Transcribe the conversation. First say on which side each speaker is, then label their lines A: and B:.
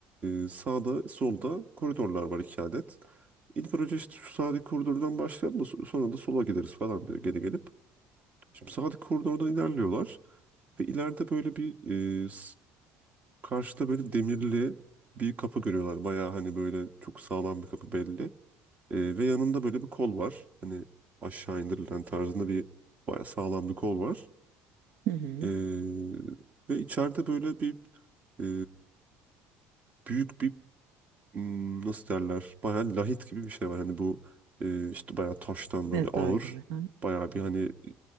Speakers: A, on the right; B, on the right.
A: e, sağda solda koridorlar var iki adet. İlk önce işte şu sağdaki koridordan başlayalım da so- sonra da sola gideriz falan diyor geri gelip. Şimdi sağdaki koridordan ilerliyorlar ve ileride böyle bir e, s- karşıda böyle demirli bir kapı görüyorlar. Bayağı hani böyle çok sağlam bir kapı belli. Ee, ve yanında böyle bir kol var. Hani aşağı indirilen tarzında bir bayağı sağlam bir kol var.
B: Hı hı.
A: Ee, ve içeride böyle bir e, büyük bir hmm, nasıl derler bayağı lahit gibi bir şey var. Hani bu e, işte bayağı taştan böyle
B: Mezar
A: ağır
B: gibi. Ha,
A: bayağı bir hani e,